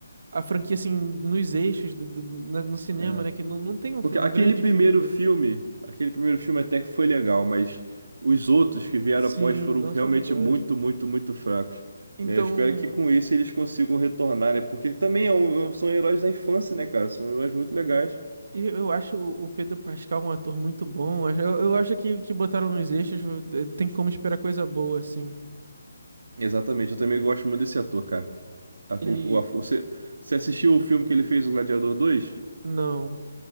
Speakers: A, on the right (about 50°); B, on the right (about 70°).
A: a franquia, assim, nos eixos do, do- na- no cinema,
B: é.
A: né? Que não, não tem um,
B: Porque
A: fi- um
B: aquele
A: grande
B: primeiro
A: filme do...
B: filme, aquele primeiro filme até que foi legal, mas os outros que vieram
A: Sim,
B: após foram
A: não
B: realmente
A: sou negócio.
B: muito, muito, muito fracos.
A: Então,
B: Né? Eu espero que com esse eles consigam retornar, né? Porque também é um- são heróis da infância, né, cara? São heróis muito legais.
A: Eu, eu acho o o Pedro Pascal um ator muito bom. Eu, eu acho que, que botaram nos eixos, eh, tem como esperar coisa boa, assim.
B: Exatamente, eu também gosto muito desse ator, cara. A-
A: Ele.
B: o- o- a- você, você assistiu o filme que ele fez, o Gladiador dois?
A: Não.